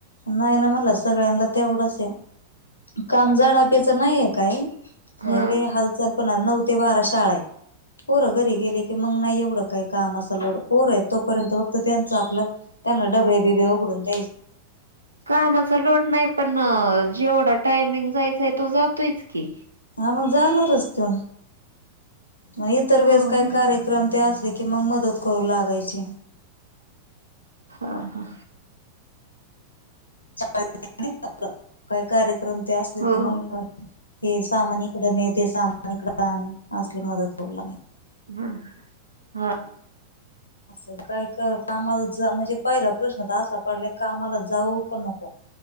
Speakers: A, on the left; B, on the right.
A: नाही ना म्हणला सगळ्यांना तेवढंच आहे. काम झाडाप्याचं नाहीये काय? म्हणजे
B: हा
A: हालचाल पण नऊ ते बारा शाळा आहे.
B: ममछज <inaudible>
A: पोरं घरी गेले की मग नाही एवढं काय कामाचं लोड, पोरं आहे तोपर्यंत फक्त त्यांच आपलं त्यांना डब्बे बिबे उघडून द्यायचे
B: कामाचा लोड नाही पण जेवढा टायमिंग जायचंय तो जातोयच की
A: हा मग जाणारच त मग इतर
B: हो
A: वेळेस काय
B: मग
A: कार्यक्रम ते असत असलं कि मग मदत करू लागायची.
B: हा हा.
A: <inaudible> काय कार्यक्रम ते असले
B: हो
A: की मंगळ हे सामान इकड ने, ते सामान इकड आण असली मदत कर लागायची
B: हम हा.
A: असं काय कर आमला म्हणजे पहिला प्रश्न तर असा पडला का आम्हाला जाऊ का नको